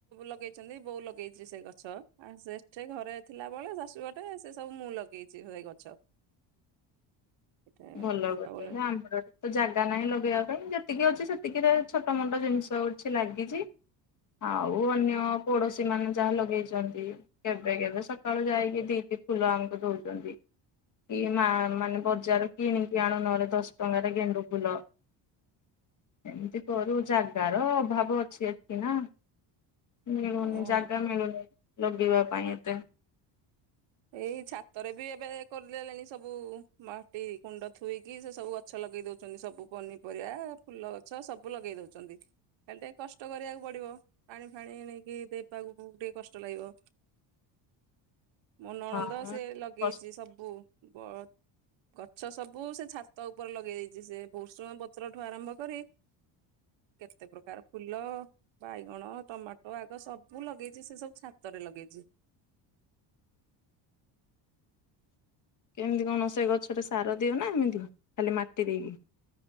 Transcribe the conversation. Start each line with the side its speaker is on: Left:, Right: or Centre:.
Right: ଲଗେଇଛନ୍ତି ବୋଉ ଲଗେଇଛି ସେ ଗଛ ସେଠି ଘରେ ଥିଲା ବଳେ ଶାଶୁ ଗଟେ ସେ ସବୁ ମୁଁ ଲଗେଇଛି ସେଇ ଗଛ ଏଟା
Left: ଭଲ
Right: ବାପା
Left: କରିଛନ୍ତି
Right: ବନ
Left: ଆମର ଏଠି ତ ଜାଗା ନାହିଁ ଲଗେଇବା ପାଇଁ ଯେତିକି ଅଛି ସେତିକିରେ ଛୋଟ ମୋଟ ଜିନିଷ ଅଛି ଲାଗିଛି ଆଉ ଅନ୍ୟ ପଡ଼ୋଶୀ ମାନେ ଯାହା ଲଗେଇଛନ୍ତି କେବେ କେବେ ସକାଳୁ ଯାଇକି ଦୁଇଟି ଫୁଲ ଆମକୁ ଦଉଛନ୍ତି କି ମା ମାନେ ବଜାର କିଣିକି ଆଣୁ ନହେଲେ ଦଶ ଟଙ୍କାରେ ଗେଣ୍ଡୁ ଫୁଲ ଏମିତି କରୁ ଜାଗାର ଅଭାବ ଅଛି ଏଠି ନା ମିଳୁନିଁ
Right: ଓ
Left: ଜାଗା ମିଳୁନି ଲଗିବା ପାଇଁ ଏତେ
Right: ଏଇ ଛାତରେ ବି ଏବେ କରିଦେଲେଣି ସବୁ ମାଟି କୁଣ୍ଡ ଥୋଇକି ସେ ସବୁ ଗଛ ଲଗେଇ ଦଉଛନ୍ତି ସବୁ ପନିପରିବା ଫୁଲ ଗଛ ସବୁ ଲଗେଇ ଦଉଛନ୍ତି ଖ ଟିକେ କଷ୍ଟ କରିବାକୁ ପଡିବ ପାଣି ଫାଣି ନେଇକି ଦେବାକୁ ଟିକେ କଷ୍ଟ ଲାଗିବ। ମନୋଣନ୍ଦ
Left: ହଁ।
Right: ସେ ଲଗେଇଛି ସବୁ ବ ଗଛ ସବୁ ସେ ଛାତ ଉପରେ ଲଗେଇ ଦେଇଛି ସେ ଭଷୁଣ ପତ୍ରଠୁ ଆରମ୍ଭ କରି କେତେ ପ୍ରକାର ଫୁଲ ବାଇଗଣ ଟମାଟୋ ଆଗ ସବୁ ଲଗେଇଛି ସେ ସବୁ ଛାତରେ ଲଗେଇଛି।
Left: କେମିତି କଣ ସେ ଗଛରେ ସାର ଦିଅ ନା ଏମିତି ଖାଲି ମାଟି ଦେଇକି